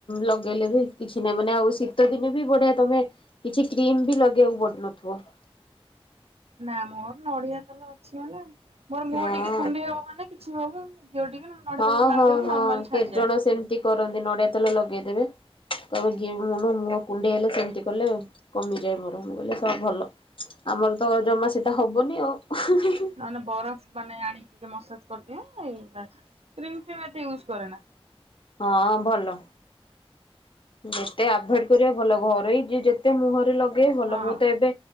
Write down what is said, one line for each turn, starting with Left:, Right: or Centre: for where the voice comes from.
Left: ଲଗେଇଲେ ବି କିଛି ନାହିଁ ମାନେ ଆଉ ଶୀତ ଦିନେ ବି ବଢ଼ିଆ ତମେ କିଛି କ୍ରିମ୍ ବି ଲଗେଇବାକୁ ପଡୁନଥୁବ।
Right: ନାଁ ମୋର ନଡ଼ିଆ ତେଲ ଅଛି ମାନେ ମୋର
Left: ହଁ
Right: ମୁହଁ ଟିକେ କୁଣ୍ଡେଇ ହବ ମାନେ କିଛି ହବ ମୁଁ ଘିଅ ଟିକେ ନଡିଆ
Left: ହଁ
Right: ତେଲ ମାରିଦେଲେ
Left: ହଁ ହଁ
Right: ନର୍ମାଲ
Left: କେତେ
Right: ଛାଡିଯାଏ।
Left: ଜଣ ସେମିତି କରନ୍ତି ନଡ଼ିଆ ତେଲ ଲଗେଇଦେବେ। କଇବ ଯିଏ ବି ମୁଣ୍ଡ ମୁହଁ କୁଣ୍ଡେଇ ହେଲେ ସେମତି କଲେ କମିଯାଏ ମୋର ମୁଁ କହିଲେ ସା ଭଲ। ଆମର ତ ଅ ଜମା ସେଟା ହବନି ଆଉ।
Right: ନହେନେ ବରଫ୍ ମାନେ ଆଣିକି ଟିକେ ମସାଜ୍ କରିଦିଏଁ ଏଇରା କ୍ରିମ୍ ଫ୍ରିମ୍ ଏତେ ୟୁଜ କରେ ନା।
Left: ହଁ ଭଲ। ଯେତେ ଆଭଏଡ଼ କରିବା ଭଲ ଘରୋଇ ଯିଏ ଯେତେ ମୁହଁରେ ଲଗେଇ ଭଲ
Right: ହଁ
Left: ମୁଁ ତ ଏବେ